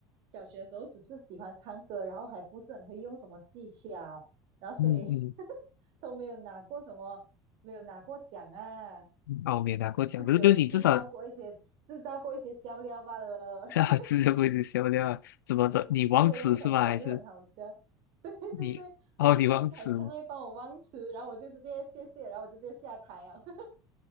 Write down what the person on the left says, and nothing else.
嗯嗯，
嗯哦，没有拿过奖，
可是对你至少 <laughs> 啊，
只是会是笑料啊，怎么的？你忘词是吗？
还是？
你哦，
你忘词了，